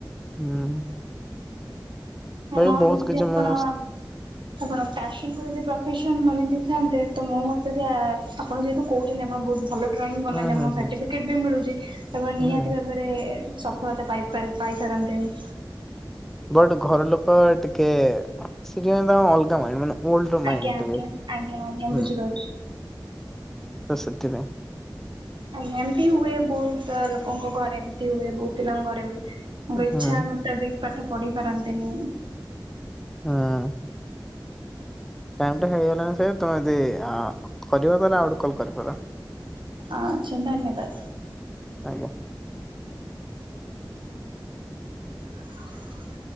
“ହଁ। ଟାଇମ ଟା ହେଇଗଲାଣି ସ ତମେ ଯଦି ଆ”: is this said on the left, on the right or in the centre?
Centre